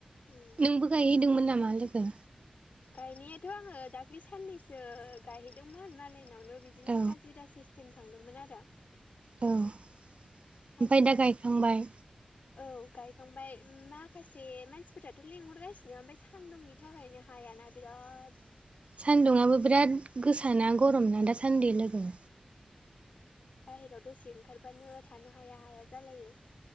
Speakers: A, on the left (about 85°); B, on the right (about 45°).
A: उम
B: नोंबो गायहैदोंमोन नामा लोगो
A: गायनायाथ' आङो दाख्लि साननैसो गायहैदोंमोन मालायनावनो बिदिनो
B: औ
A: हाजिरा सि टिम थांदोंमोन आरो
B: औ ओमफ्राय
A: हाजिरा
B: दा गायखांबाय
A: औ गायखांबाय माखासे मानसिफोराथ' लिंहरगासिनो ओमफ्राय सान्दुंनि थाखायनो हाया बिराद
B: सान्दुंआबो
A: खस्थ'
B: बिराद गोसाना गरम ना दासान्दि लोगो
A: बायेरायाव दसे ओंखारबानो थानो हाया हाया जालायो